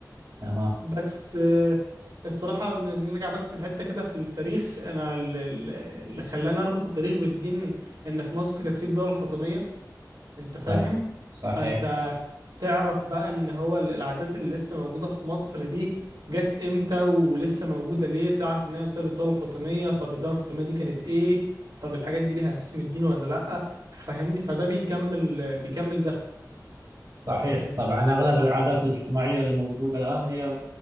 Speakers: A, on the right; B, on the right.
A: تمام
B: بس آه، الصراحه ن- نرجع بس لحته كده في التاريخ انا ال- ال- اللي خلاني اربط التاريخ بالدين ان في مصر كانت في الدوله الفاطميه انت فاهم
A: تمام صحيح
B: فانت تعرف بقى ان هو ال- العادات اللي لسه موجودة في مصر دي جت امتى ولسه موجودة ليه تعرف انها بسبب الدولة الفاطمية طب الدولة الفاطمية دي كانت ايه طب الحاجات دي ليها اسم الدين ولا لأ فهمني فده بيكمل بيكمل ده
A: صحيح
B: م.
A: طبعا أغلب العادات الاجتماعية اللي موجودة الآن هي